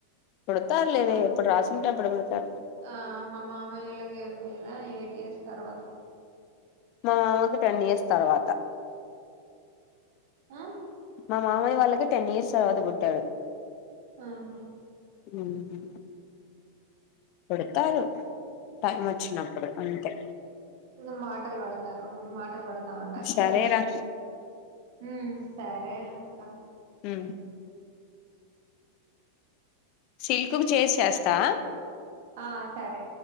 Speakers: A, on the left; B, on the right.
A: పుడతారు లేవే
B: ఆ
A: ఎప్పుడు రాసి ఉంటే అప్పుడు పుడతారు.
B: ఆ మా మామయ్య వాళ్లకి చెప్పలేదా? ఎయిట్ ఇయర్స్ తర్వాత?
A: మా మామకి టెన్ ఇయర్స్ తర్వాత.
B: ఆ.
A: మా మామయ్య వాళ్లకి టెన్ ఇయర్స్ తర్వాత పుట్టాడు.
B: ఆహ
A: ఊహు పుడతారు టైమ్ వచ్చినప్పుడు అంతే.
B: ణంగ, మాటలు పడతారు. మాటలు పడుతా ఉండాలి
A: సరేరా
B: కదా? ఉమ్ సరే అక్క.
A: ఉ సిల్క్ కు చేసి, చేస్తా.
B: ఆ సరె